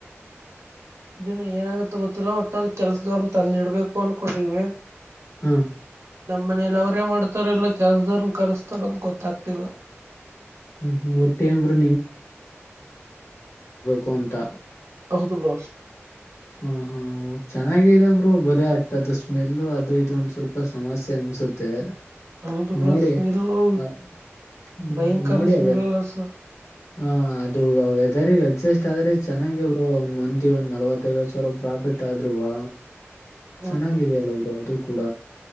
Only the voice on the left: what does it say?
ಹಾ
ಹ್ಮ್ ಒಟ್ಟ ಏನ್ ಬ್ರೋ ಕಂತ
ಹ ಹಾ ಚೆನ್ನಾಗ ಇದಾದ್ರು ಬದೆ ಅಟ್ಟದ ಸ್ಮೆಲ್ ಅದು ಇದೊಂದ ಸ್ವಲ್ಪ ಸಮಸ್ಯೆ ಅನ್ಸುತ್ತೆ
ನೋಡಿ
ಆ ಹ್ಮ್
ನೋಡಿ
ಅಗ
ಹ ಅದು ವೆದರಿ ಅಡ್ಜಸ್ಟ್ ಆದ್ರೆ ಚೆನ್ನಾಗಿಬ್ರು ಒಂದ ಮಂದಿಗ್ ಒಂದ ನಲ್ವತ್ತೈಐವತ್ತು ಸಾವಿರ ಕಾಫೆಟ್ ಆದ್ರುರುವ
ಚೆನ್ನಾಗಿದೆಯಲ್ಲ ಅವರು ಅದು ಕೂಡ